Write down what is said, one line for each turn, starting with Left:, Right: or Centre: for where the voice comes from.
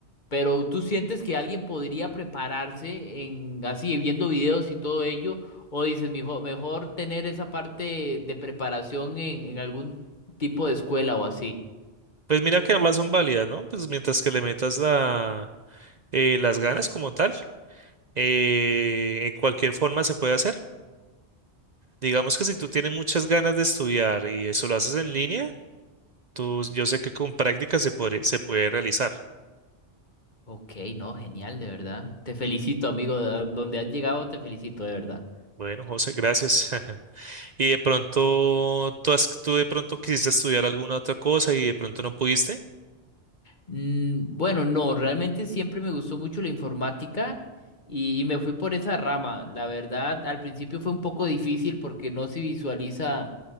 Left: Pero tú sientes que alguien podría prepararse en así, viendo videos y todo ello, o dices, mejor, mejor tener esa parte de preparación en, en algún tipo de escuela o así.
Right: pues mira que ambas son válidas, ¿no? Pues mientras que le metas la, eh, las ganas como tal, eh, en cualquier forma se puede hacer. Digamos que si tú tienes muchas ganas de estudiar y eso lo haces en línea, tú, yo sé que con práctica se puede, se puede realizar.
Left: Ok, no, genial, de verdad. Te felicito, amigo. de- Donde has llegado, te felicito, de verdad.
Right: Bueno, José, gracias. <laughs> Y de pronto, ¿tú, has- tú de pronto quisiste estudiar alguna otra cosa y de pronto no pudiste?
Left: Mm, Bueno, no, realmente siempre me gustó mucho la informática y, y me fui por esa rama. La verdad, al principio fue un poco difícil porque no se visualiza